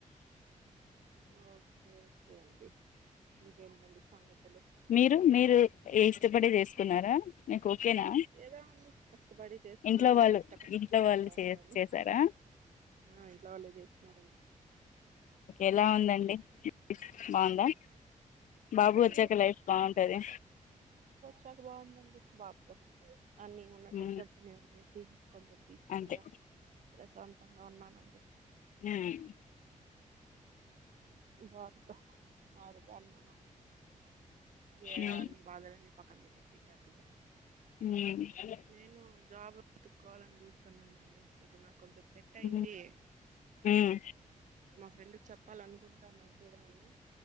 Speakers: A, on the right; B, on the left.
A: ఓకే ఓకే అండి ఇంకేంటండి సంగతులు
B: మీరు మీరు ఇష్టపడే చేసుకున్నారా ఓకేనా
A: ఏదో అండి కష్టపడి చేసుకున్నాను
B: ఇంట్లో వాళ్ళు
A: కష్ట కష్టాలుగా
B: ఇంట్లో వాళ్ళు చే
A: ఉండాను
B: చేసారా
A: ఆ ఇంట్లో వాళ్ళే చేస్తున్నారండి
B: ఎలా ఉందండి బాగుందా బాబు
A: ఏ
B: వచ్చాక లైఫ్ బాగుంటది
A: చా బాగుందండి బాబుతో అన్ని ఉన్న టెన్సన్స్
B: ఉమ్
A: కొంచెం పీస్ఫుల్
B: అంతే
A: గా ప్రశాంత ఉతంగా ఉన్నానండి
B: ఉమ్
A: బాబుతో ఆడుకోవాలనా ఏ
B: ఉమ్
A: అన్ని భాదలు అన్ని పక్కన పెట్టేసి హ్యాపీగా
B: ఉ
A: నేను జాబ్ ఎతుకోవాలని చూస్తున్నానుండి ఇప్పుడు నాకు కొంచెం సెట్ అయింది
B: ఉమ్ ఉమ్
A: మా ఫ్రెండ్ కి చెప్పాలనుకుంటున్నాను చూడమని